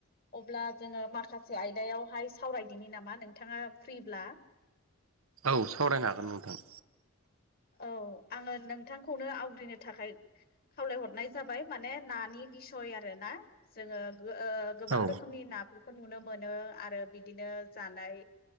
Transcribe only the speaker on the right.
औ सावरायनो हागोन नोंथां
औ